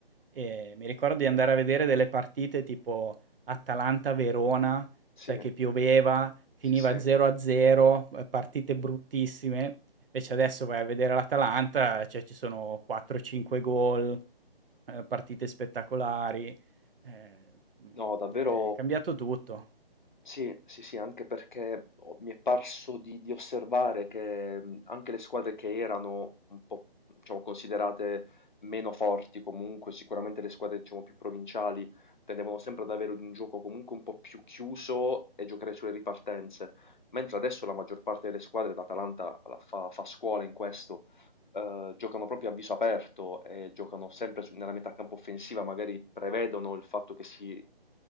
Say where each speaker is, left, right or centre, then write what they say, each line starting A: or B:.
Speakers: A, on the right; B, on the left.
A: e mi ricordo di andare a vedere delle partite tipo Atalanta-Verona,
B: sì,
A: sai che pioveva, finiva
B: sì, sì.
A: 0-0, ehm, partite bruttissime. Invece adesso vai a vedere l'Atalanta, cioè ci sono 4-5 gol, eh, partite spettacolari, eh, mm,
B: No, davvero
A: è cambiato tutto.
B: sì, sì, sì, anche perché ho- mi è parso di, di osservare che mh, anche le squadre che erano un po', diciamo, considerate meno forti comunque, sicuramente le squadre, diciamo, più provinciali tendevano sempre ad avere un gioco comunque un po' più chiuso e giocare sulle ripartenze, mentre adesso la maggior parte delle squadre, l'Atalanta la fa, fa scuola in questo, eh, giocano proprio a viso aperto e giocano sempre su- nella metà campo offensiva, magari prevedono il fatto che si eh,